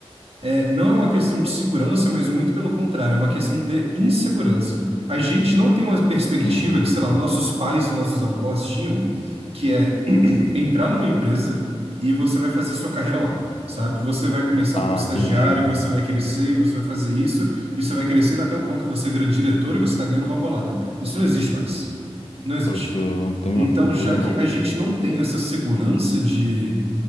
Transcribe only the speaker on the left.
Hum.
Ah,
entendi.
Pode crer, não tem
mesmo, não
tem mesmo
não.